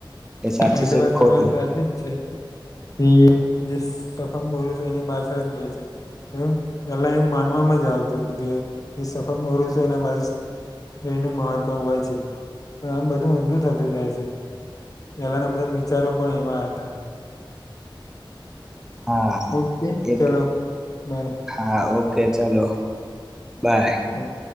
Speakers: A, in the centre; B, on the left.
A: એ સાચું
B: હા એતો
A: છે
B: વાત
A: કે
B: તમારી
A: ખોટું
B: સાચી જ છે. એ જે સફમ બોરૂ છે એની બછળ જ લે છે એ પેલા એવું માનવામાં જ આવતું કે જે સફર મોરું છું એને બસ એનું મહત્વ હોય છે પણ એમ બધું ઊંધું થતું જાય છે પેલાના બધા વિચારો પણ એવા હતા
A: હા
B: ઓકે
A: એટલું
B: ચલો બાય
A: હા ઓકે ચાલો બાય
B: હમ્મ